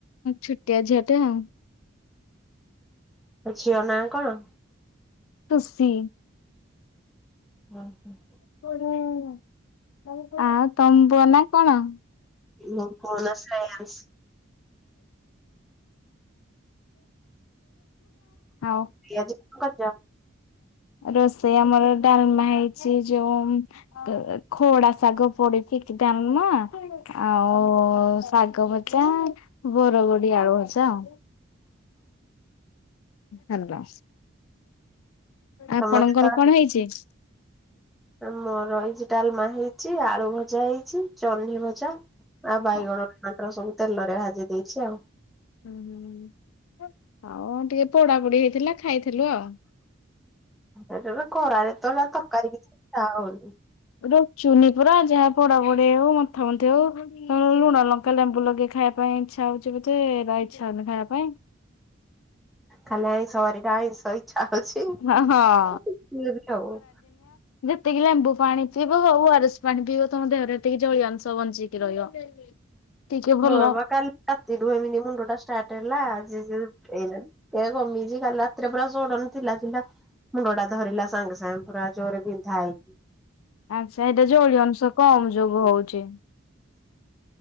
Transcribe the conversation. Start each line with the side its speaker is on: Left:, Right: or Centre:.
Left: ଛୁଟିଆ ଝିଅଟେ ଆଉ।
Centre: ଆ ଝିଅ ନା କଣ?
Left: ଟୁସି।
Centre: ହୁଁ ହୁଁ।
Left: <unintelligible> ଆଉ ତମ ପୁଅ ନା କଣ? <inaudible>
Centre: ମୋ ପୁଅ ନାଁ ଶ୍ରେୟାଂଶ
Left: ଆଉ
Centre: ହଁ ପିଆଜ଼ <unintelligible>
Left: ରୋଷେଇ ଆମର ଡାଲମା ହେଇଛି। ଯୋଉ କ ଖଡା ଶାଗ ପଡିଛି କି ଡାଲମା ଆଉ ଆଉ ଶାଗ ଭଜା ବରଗୋଡି ଆଳୁ ଭଜା ଆଉ।
Centre: <inaudible>
Left: ହାଲ।
Centre: ତମେ
Left: ଆପଣଙ୍କର
Centre: କେତେବେଳେ
Left: କଣ ହେଇଛି?
Centre: ମୋର ହେଇଛି ଡାଲମା ହେଇଛି ଆଳୁ ଭଜା ହେଇଛି ଚହ୍ନି ଭଜା ଆଉ
Left: ହଁ।
Centre: ବାଇଗଣ ଟମାଟର ସବୁ ତେଲରେ ଭାଜି ଦେଇଛି ଆଉ।
Left: ହୁଁ ହୁଁ ହଉ ଟିକେ ପୋଡାପୋଡି ହେଇଥିଲା ଖାଇ ଥିଲୁ ଆଉ।
Centre: ଏଟାରେ ଖରାରେ ତ ନା ତରକାରୀ କିଛି ଇଚ୍ଛା ହଉନି।
Left: ର ଚୁନି ପୁରା ଯାହା ପୋଡା ପଡି ହଉ ମଥା ମନ୍ଥି ହଉ ଲୁଣ ଲଙ୍କା ଲେମ୍ବୁ ଲଗେଇ ଖାଇବା ପାଇଁ ଇଚ୍ଛା ହଉଛି। ଏତେ ଏରା ଇଛା ହଉନି ଖାଇବା ପାଇଁ।
Centre: କାଲି ଆଇଁଷ ବାରିଟା, ଆଇଁଷ ଇଛା ହଉଛି।
Left: ହଁ
Centre: ହୁଏ ବି ଖାଉ।
Left: ଟିକେ ଲେମ୍ବୁ ପାଣି ପିଇବ ଆଉ ଓ ଆର ସ୍ ପାଣି ପିଇବ ତମ ଦେହରେ ସେତିକି ଜଳୀୟ ଅଂଶ ବଞ୍ଚିକି ରହିବ। ଟିକେ ଭଲ।
Centre: ମୋର ବା କାଲି ରାତିଠୁ ଏମିତି ମୁଣ୍ଡ ଟା ଷ୍ଟାର୍ଟ ହେଲା ଆଜି <unintelligible> କମିଚି କାଲି ରାତିରେ ପୁରା ସଡନ ଥିଲା ଥିଲା ମୁଣ୍ଡଟା ଧରିଲା ସାଙ୍ଗେ ସାଙ୍ଗେ ପୁରା ଜୋରେ ବିନ୍ଧା ହେଇକି
Left: ଆଚ୍ଛା ଏଇଟା ଜଳିଅ ଅଂଶ କମ ଯୋଗୁ ହଉଛି।
Centre: <inaudible>